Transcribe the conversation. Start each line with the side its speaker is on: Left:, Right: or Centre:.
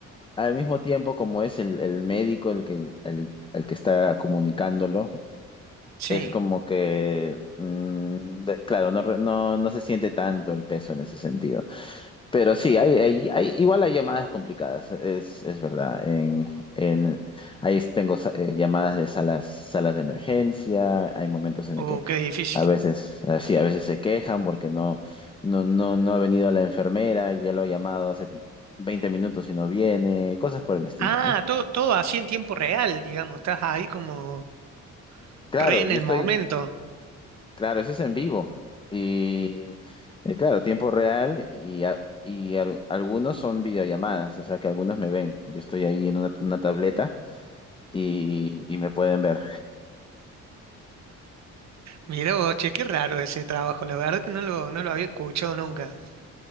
Left: al mismo tiempo como es el, el médico el que, el, el que está comunicándolo,
Right: Sí.
Left: es como que, mm, de- claro, no, re- no, no se siente tanto el peso en ese sentido. Pero sí, hay, hay, hay- igual hay llamadas complicadas, es, es verdad. En, en, ahí tengo sa- eh, llamadas de salas, salas de emergencia, hay momentos en
Right: Oh,
Left: el que
Right: qué difícil.
Left: a veces, así, a veces se quejan porque no, no, no, no ha venido la enfermera, ya lo ha llamado hace 20 minutos y no viene, cosas por el estilo,
Right: Ah,
Left: ¿no?
Right: todo, todo así en tiempo real, digamos, estás ahí como
Left: Claro,
Right: re en
Left: yo
Right: el
Left: estoy,
Right: momento.
Left: claro, eso es en vivo y, eh, claro, tiempo real y, a- y al- algunos son videollamadas, o sea que algunos me ven, yo estoy ahí en una una tableta. y, y me pueden ver.
Right: Mirá vos, che, qué raro ese trabajo, la verdad que no lo, no lo había escuchado nunca.